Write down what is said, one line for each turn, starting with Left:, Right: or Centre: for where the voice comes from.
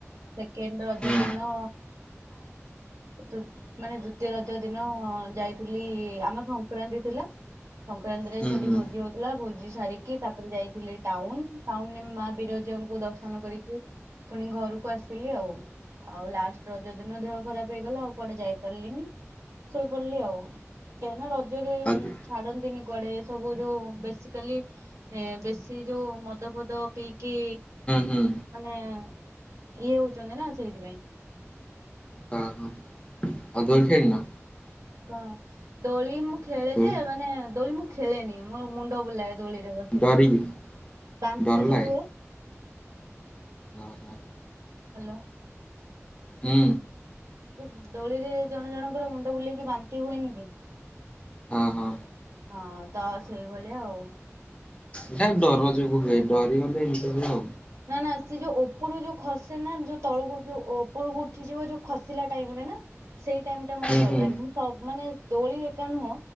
Right: ସେକେଣ୍ଡ ରଜ
Left: ହୁଁ
Right: ଦିନ। ତୁତ୍ ମାନେ ଦ୍ଵିତୀୟ ରଜ ଦିନ ଯାଇଥିଲି ଆମର ସଂକ୍ରାନ୍ତି ଥିଲା। ସଂକ୍ରାନ୍ତି ରେ
Left: ହୁଁ
Right: ସେଠି
Left: ହୁଁ
Right: ଭୋଜି ହ ଥିଲା ଭୋଜି ସାରିକି ତାପରେ ଯାଇଥିଲି ଟାଉନ ଟାଉନ ରେ ମା ବିରଜାଙ୍କୁ ଦର୍ଶନ କରିକି। ପୁଣି ଘରକୁ ଆସିଲି ଆଉ। ଆଉ ଲାଷ୍ଟ ରଜ ଦିନ ଦେହ ଖରାପ ହେଇଗଲା ଆଉ କୁଆଡେ ଯାଇପାରିଲିନି। ଶୋଇ ପଡିଲି ଆଉ କାହିଁକି ନା ରଜରେ
Left: ଆଉ ହୁଁ
Right: ଛାଡ ନ୍ତିନି କୁଆଡେ ଏସବୁ ଯୋଉ ବେସିକାଲି। ଏ ବେଶୀ ଯୋଉ ମଦ ଫଦ ପିଇକି
Left: ହୁଁ
Right: ମାନେ। ଇଏ ହଉଛନ୍ତି ନା ସେଇଥିପାଇଁ।
Left: ହଁ ହଁ ଆଉ ଦୋଳି ଖେଳିନ।
Right: କଁ ଦୋଳି ମୁଁ ଖେଳେ
Left: ଦୋଳି
Right: ଯେ ମାନେ ଦୋଳି ମୁଁ ଖେଳେନି ମୋ ମୁଣ୍ଡ ବୁଲାଏ। ଦୋଳିରେ ବସିଲେ
Left: ଡରିକି
Right: ବାନ୍ତି
Left: ଡର ଲାଗେ
Right: ଯୋଉ ହୁଏ।
Left: ଓହୋ
Right: ହାଲୋ।
Left: ହୁଁ।
Right: ଯୋଉ ଦୋଳିରେ ଜଣ ଜଣଙ୍କର ମୁଣ୍ଡ ବୁଲେଇକି ବାନ୍ତି ହୁଏନି କି।
Left: ହଁ ହଁ
Right: ହଁ ତ ସେଇ ଭଳିଆ ଆଉ।
Left: ଏଇଟା ଡର ଯୋଗୁ ହୁଏ ଡରି ଗଲେ ଏମିତି ହୁଏ ଆଉ।
Right: ନା ନା ସେ ଯୋଉ ଉପରୁ ଯୋଉ ଖସେ ନା ଯୋଉ ତଳକୁ ଯୋଉ ଉପରକୁ ଉଠିଯିବ ଯୋଉ ଖସିଲା ଟାଇମ ରେ ନା। ସେଇ ଟାଇମ ଟା ମତେ
Left: ହୁଁ
Right: ଡର
Left: ହୁଁ
Right: ଲାଗେ ମୁଁ ସବ ମାନେ ଦୋଳି ଏକା ନୁହଁ।